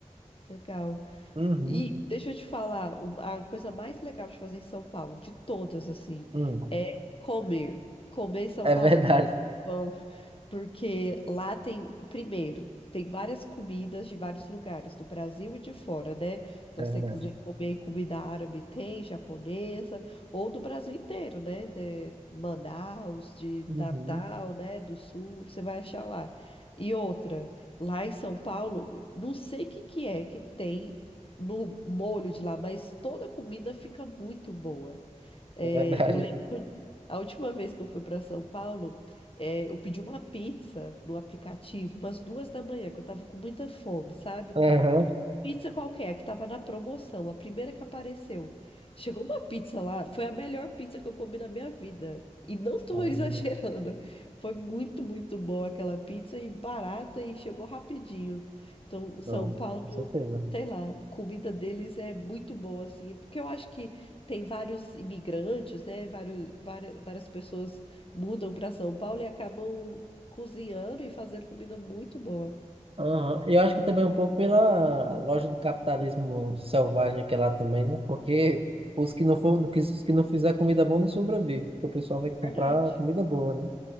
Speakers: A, on the left; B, on the right.
A: Legal.
B: Uhum,
A: E deixa eu te falar, um- a coisa mais legal de fazer em São Paulo, de todas, assim,
B: uhum.
A: é comer. Comer em São
B: É
A: Paulo
B: verdade,
A: é Bom, porque lá tem, primeiro, tem várias comidas de vários lugares, do Brasil e de fora, né? Então,
B: <laughs> é
A: se
B: verdade.
A: você quiser comer comida árabe, tem, japonesa, ou do Brasil inteiro, né? De Manaus, de
B: Uhum,
A: Natal, né? Do Sul, você vai achar lá. E outra, lá em São Paulo, não sei o que que é que tem no molho de lá, mas toda comida fica muito boa. É,
B: <laughs> é verdade.
A: eu a última vez que eu fui para São Paulo, eh, eu pedi uma pizza no aplicativo, umas duas da manhã, que eu tava com muita fome, sabe?
B: Aham.
A: Pedi uma Pizza qualquer, que tava na promoção, a primeira que apareceu. Chegou uma pizza lá, foi a melhor pizza que eu comi na minha vida. E não tô
B: Caramba,
A: <laughs> exagerando. Foi muito, muito boa aquela pizza e barata e chegou rapidinho. Então, São
B: Não,
A: Paulo,
B: com certeza.
A: sei lá, comida deles é muito boa, assim, porque eu acho que tem vários imigrantes, né? Vários, várias, várias pessoas mudam para São Paulo e acabam cozinhando e fazendo comida muito boa.
B: Aham. E Eu acho que também um pouco pela loja do capitalismo selvagem que é lá também, né? Porque os que não for, os que não fizer comida boa não sobrevive, porque o pessoal vai comprar
A: Verdade.
B: comida boa, né?